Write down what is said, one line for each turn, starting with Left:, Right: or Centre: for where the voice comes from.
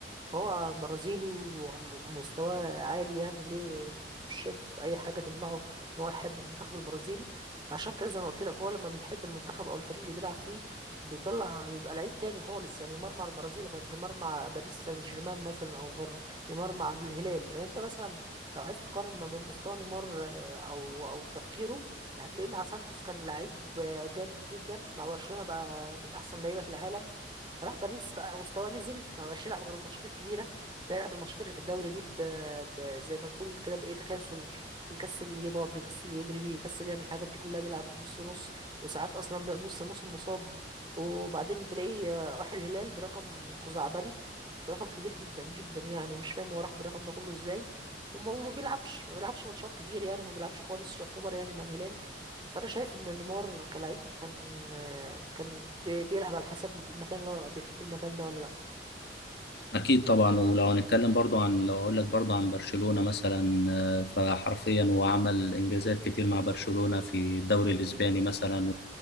Right: فهو برازيلي ومستواه عالي يعني ليه مش شايف اي حاجه تمنعه ان هو يحب منتخب البرازيل فعشان كده زي ما قلت لك هو لما بيحب المنتخب او الفريق اللي بيلعب فيه بيطلع بيبقى لعيب تاني خالص يعني نيمار مع البرازيل غير نيمار مع باريس سان جيرمان مثلا او غير نيمار مع الهلال يعني انت مثلا لو عايز تقارن ما بين مستوى نيمار او او تفكيره هتلاقيه مع سانتوس كان لعيب آه، جامد جدا مع برشلونة بقى من احسن لعيبة في العالم راح باريس بقى مستواه نزل ما بقاش يلعب غير الماتشات الكبيره بيلعب الماتشات اللي في الدوري دي ب... ب... زي ما تقول كده بايه تكاسل بيكسل يضغط بيكسل يجري بيكسل يعمل الحاجات دي كلها بيلعب نص نص وساعات اصلا بيقعد نص موسم مصاب وبعدين تلاقيه آه، راح الهلال برقم خزعبلي برقم كبير جدا جدا يعني مش فاهم هو راح بالرقم ده كله ازاي وما ما بيلعبش ما بيلعبش ماتشات كتير يعني ما بيلعبش خالص يعتبر يعني مع الهلال فانا شايف ان نيمار كلاعب كان آه، كان بي- بيلعب على حسب المكان اللي هو بيحب المكان ده ولا لا
Left: أكيد طبعا ولو هنتكلم برضو عن لو أقول لك برضو عن برشلونة مثلا آه، فحرفيا هو عمل إنجازات كتير مع برشلونة في الدوري الإسباني مثلا